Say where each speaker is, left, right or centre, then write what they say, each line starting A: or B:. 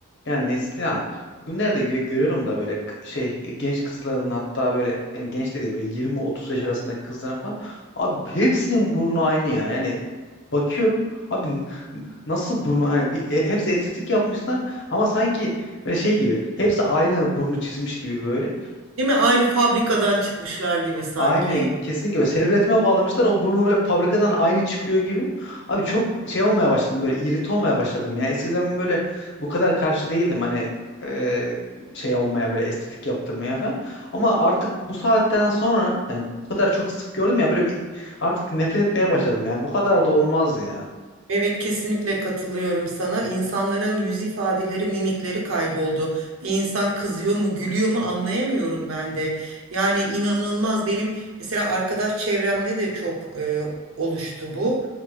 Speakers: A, on the left; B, on the right.
A: Yani Neslihan bugünlerde gö- görüyorum da böyle k- şey e, genç kızların hatta böyle yani genç de değil böyle 20-30 yaş arasındaki kızların falan abi hepsinin burnu aynı ya. Yani bakıyorum abi n- n- nasıl burnu hani bir e, hepsi estetik yapmışlar ama sanki böyle şey gibi hepsi aynı burnu çizmiş gibi böyle.
B: Değil mi? Aynı fabrikadan çıkmışlar gibi sanki.
A: Aynen kesinlikle öyle. Seri üretime bağlamışlar. O burnu böyle fabrikadan aynı çıkıyor gibi. Abi çok şey olmaya başladım böyle irrite olmaya başladım ya. Eskiden böyle bu kadar karşı değildim hani e, şey olmaya böyle estetik yaptırmaya falan. Ama artık bu saatten sonra yani bu kadar çok sık gördüm ya böyle bir artık nefret etmeye başladım ya. Bu kadar da olmaz ya.
B: Evet kesinlikle katılıyorum sana. İnsanların yüz ifadeleri, mimikleri kayboldu. Bir insan kızıyor mu, gülüyor mu anlayamıyorum ben de. Yani inanılmaz benim mesela arkadaş çevremde de çok e, oluştu bu.